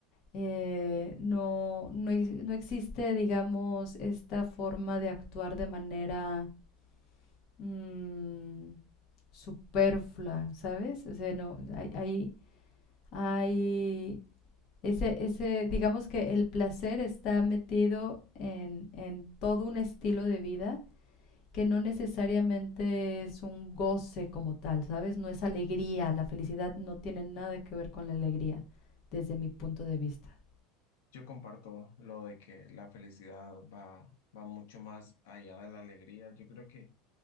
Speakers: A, on the left (about 45°); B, on the left (about 90°).
A: eh, no, no, ex- no existe, digamos, esta forma de actuar de manera mm, superflua, ¿sabes? O sea, no, hay, hay, hay ese, ese, digamos que el placer está metido en, en todo un estilo de vida que no necesariamente es un goce como tal, ¿sabes? No es alegría, la felicidad no tiene nada que ver con la alegría, desde mi punto de vista.
B: Yo comparto lo de que la felicidad va, va mucho más allá de la alegría. Yo creo que